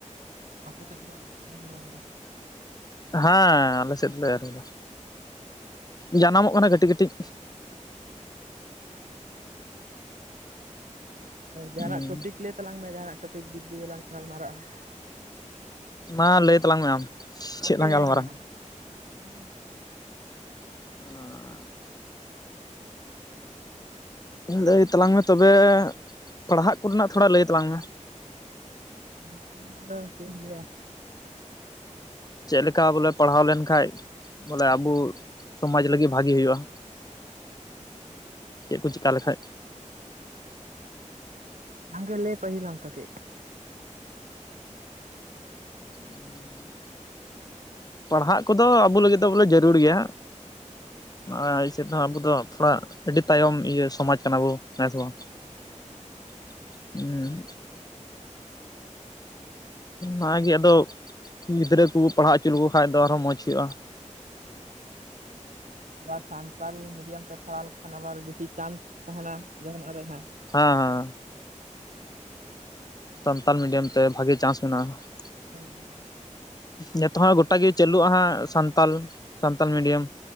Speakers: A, on the right (about 80°); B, on the left (about 30°).
A: <inaudible>
B: ᱦᱟᱸ ᱟᱞᱮ ᱥᱮᱫ ᱞᱮ ᱮᱨ <inaudible>
A: <inaudible>
B: ᱡᱟᱱᱟᱢᱚᱜ ᱠᱟᱱᱟ ᱠᱟᱹᱴᱤ ᱠᱟᱹᱴᱤᱡ᱾
A: ᱡᱟᱦᱟᱱᱟᱜ
B: ᱦᱩᱸ
A: ᱴᱚᱯᱤᱠ ᱞᱟᱹᱭ ᱛᱟᱞᱟᱝ ᱢᱮ᱾ ᱡᱟᱦᱟᱱᱟᱜ ᱴᱚᱯᱤᱠ ᱫᱤᱠ ᱫᱤᱭᱟᱹ ᱞᱟᱝ ᱜᱟᱞᱢᱟᱨᱟᱜ-ᱟ᱾
B: ᱢᱟ ᱞᱟᱹᱭ ᱛᱟᱞᱟᱝ ᱢᱮ ᱟᱢ᱾
A: ᱟᱢ
B: ᱪᱮᱫ
A: ᱜᱮ
B: ᱞᱟᱝ
A: ᱞᱟᱹᱭ
B: ᱜᱟᱞᱢᱟᱨᱟᱣᱟ?
A: ᱛᱟᱞᱟᱝ ᱟᱢ᱾
B: <unintelligible> ᱞᱟᱹᱭ ᱛᱟᱞᱟᱝ ᱢᱮ ᱛᱚᱵᱮ, ᱯᱟᱲᱦᱟᱜ ᱠᱚᱨᱮᱱᱟᱜ ᱛᱷᱚᱲᱟ ᱞᱟᱹᱭ ᱛᱟᱞᱟᱝ ᱢᱮ᱾
A: <unintelligible>
B: ᱪᱮᱫ ᱞᱮᱠᱟ ᱵᱚᱞᱮ ᱯᱟᱲᱦᱟᱣ ᱞᱮᱱᱠᱷᱟᱡ ᱵᱚᱞᱮ ᱟᱵᱩ ᱥᱚᱢᱟᱡᱽ ᱞᱟᱹᱜᱤ ᱵᱷᱟᱜᱤ ᱦᱩᱭᱩᱜ-ᱟ᱾
A: <inaudible>
B: ᱪᱮᱫ ᱠᱚ ᱪᱤᱠᱟ ᱞᱮᱠᱷᱟᱡ?
A: ᱟᱢᱜᱮ ᱞᱟᱹᱭ ᱯᱟᱦᱤᱞᱟᱢ ᱛᱚ ᱠᱟᱹᱡ᱾
B: <inaudible> ᱯᱟᱲᱦᱟᱜ ᱠᱚᱫᱚ ᱟᱵᱩ ᱞᱟᱹᱜᱤᱫ ᱫᱚ ᱵᱚᱞᱮ ᱡᱟᱹᱨᱩᱲ ᱜᱮᱭᱟ᱾
A: <inaudible>
B: ᱟᱻᱟᱡ ᱥᱮᱫ ᱫᱚ ᱟᱵᱚ ᱫᱚ ᱛᱷᱚᱲᱟ ᱟᱹᱰᱤ ᱛᱟᱭᱚᱢ ᱤᱭᱟᱹ ᱥᱚᱢᱟᱡᱽ ᱠᱟᱱᱟ ᱵᱚ ᱦᱮᱸ ᱥᱮ ᱵᱟᱝ᱾ <inaudible> ᱚᱱᱟ ᱜᱮ ᱟᱫᱚ ᱜᱤᱫᱽᱨᱟᱹ ᱠᱩ ᱵᱚ ᱯᱟᱲᱦᱟᱣ ᱦᱚᱪᱚ ᱞᱮᱠᱩ ᱠᱷᱟᱡ ᱫᱚ ᱟᱨᱦᱚᱸ ᱢᱚᱸᱡᱽ ᱦᱩᱭᱩᱜ-ᱟ᱾
A: ᱱᱚᱶᱟ ᱥᱟᱱᱛᱟᱞ ᱢᱤᱰᱤᱭᱟᱢ ᱛᱮ ᱯᱟᱲᱦᱟᱣ ᱞᱮᱠᱚ ᱠᱷᱟᱱ ᱟᱵᱟᱨ ᱵᱤᱥᱤ ᱪᱟᱸᱱᱥ ᱛᱟᱦᱮᱱᱟ ᱡᱟᱦᱟᱱᱟᱜ ᱨᱮ ᱱᱷᱟᱜ᱾
B: ᱦᱟᱸ ᱦᱟᱸ ᱦᱟᱸ᱾ ᱥᱟᱱᱛᱟᱞ ᱢᱤᱰᱤᱭᱟᱢ ᱛᱮ ᱵᱷᱟᱜᱤ ᱪᱟᱱᱥ ᱢᱮᱱᱟᱜ-ᱟ᱾
A: <inaudible>
B: ᱱᱮᱛᱚᱜ ᱦᱟᱸᱜ ᱜᱚᱴᱟ ᱜᱮ ᱪᱟᱹᱞᱩᱜ ᱟ ᱦᱟᱸᱜ ᱥᱟᱱᱛᱟᱞ ᱥᱟᱱᱛᱟᱞ ᱢᱤᱰᱤᱭᱟᱹᱢ